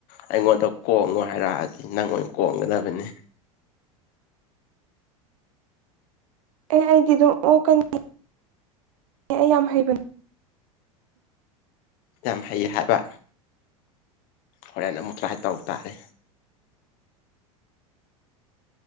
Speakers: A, on the left; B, on the right.
A: ꯑꯩꯉꯣꯟꯗ ꯀꯣꯡꯉꯣ ꯍꯥꯏꯔꯛꯑꯗꯤ ꯅꯪ ꯑꯣꯏꯅ ꯀꯣꯡꯒꯗꯕꯅꯦ
B: ꯑꯦ ꯑꯩꯗꯤ ꯑꯗꯨꯝ ꯑꯣꯛꯀꯅꯤ ꯑꯩ ꯌꯥꯝ ꯍꯩꯕꯅꯦ
A: ꯌꯥꯝ ꯍꯩ ꯍꯥꯏꯕ ꯍꯣꯔꯦꯟ ꯑꯃꯨꯛ ꯇ꯭ꯔꯥꯏ ꯇꯧ ꯇꯥꯔꯦ